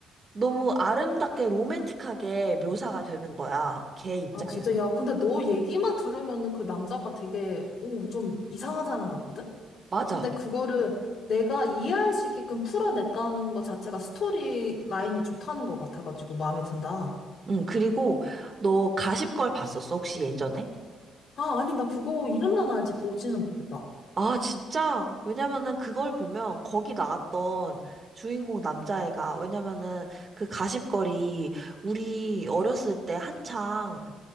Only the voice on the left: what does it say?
아, 진짜, 야, 근데 너 얘기만 들으면은 그 남자가 되게, 오, 좀 이상한 사람 같거든?
근데 그거를 내가 이해할 수 있게끔 풀어냈다는 것 자체가 스토리 라인이 좋다는 것 같아가지고 마음에 든다.
아, 아니, 나 그거 이름만 알지 보지는 못했다.